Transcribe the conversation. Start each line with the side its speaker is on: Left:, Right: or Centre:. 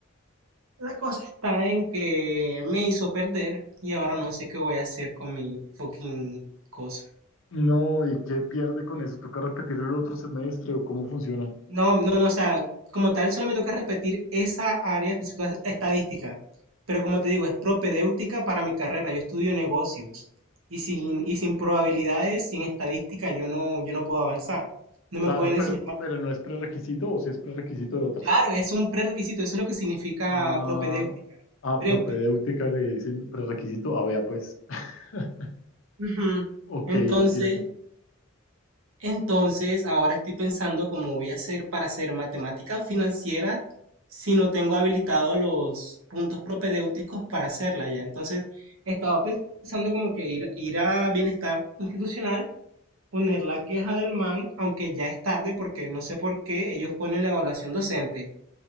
Right: La cosa está en que me hizo perder y ahora no sé qué voy a hacer con mi fucking cosa.
Left: No, ¿y qué pierde con eso? ¿Toca repetir el otro semestre o cómo funciona?
Right: No, no, no, o sea, como tal, solo me toca repetir esa área específica estadística. Pero como te digo, es propedéutica para mi carrera. Yo estudio negocios. Y sin, y sin probabilidades, sin estadística, yo no, yo no puedo avanzar. No me
Left: Claro,
Right: pueden
Left: pero,
Right: enseñar más.
Left: pero no es prerequisito o si es prerequisito de otras.
Right: Claro, es un prerequisito, eso es lo que significa
Left: Ah,
Right: propedéutica.
Left: ah,
Right: Pero,
Left: propedéutica
Right: pe-
Left: le dicen prerequisito. Ah, vea, pues. <laughs>
Right: ujú.
Left: Ok,
Right: Entonces,
Left: entiendo.
Right: Entonces, ahora estoy pensando cómo voy a hacer para hacer matemática financiera si no tengo habilitado los puntos propedéuticos para hacerla ya. Entonces, estaba pensando como que ir, ir a bienestar institucional, poner la queja del MAN, aunque ya es tarde porque no sé por qué ellos ponen la evaluación docente,